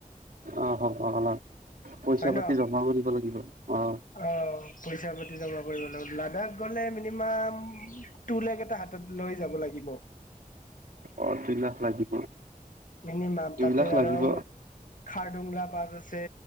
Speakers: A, on the right; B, on the left.
A: অ' হ'ব হ'লেও পইচা
B: হয় ন
A: পাতি জমা কৰিব লাগিব। অ'।
B: অ' পইচা পাতি জমা কৰিব লাগিব। লাডাখ গ'লে মিনিমাম টু লেক এটা হাতত লৈ যাব লাগিব।
A: অ' দুই লাখ লাগিব।
B: মিনিমাম
A: দুই
B: তাতে
A: লাখ লাগিব
B: আৰু খাৰডোংলা পাছ আছে,